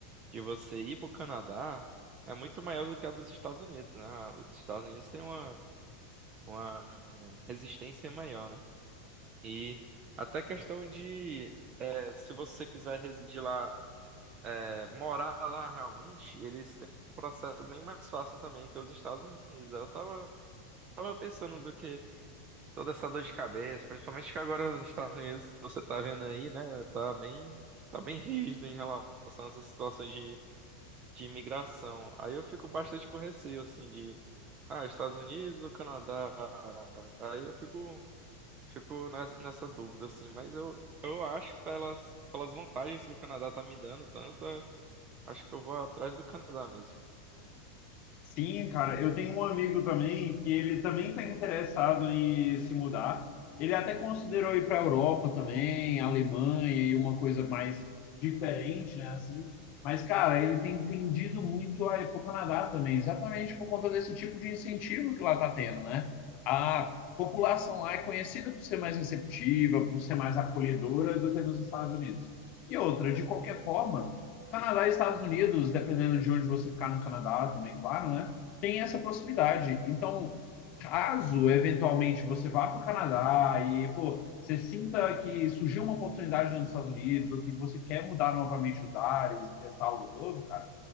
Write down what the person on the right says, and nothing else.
de você ir pro Canadá é muito maior do que a dos Estados Unidos, né? Ah, Os Estados Unidos têm uma, uma resistência maior, né? E até questão de, eh, se você quiser residir lá, eh, morar lá realmente, eles têm um processo bem mais fácil também que os Estados Unidos. Eu tava. Tava pensando do que toda essa dor de cabeça, principalmente que agora os Estados Unidos, você tá vendo aí, né, tá bem, tá bem rígido em relação a essas situações de, de imigração. Aí eu fico bastante com receio, assim, de, ah, Estados Unidos ou Canadá? Aí eu fico, fico nes- nessa dúvida, assim, mas eu, eu acho, pelas, pelas vantagens que o Canadá tá me dando tanto, eh, acho que eu vou atrás do Canadá mesmo.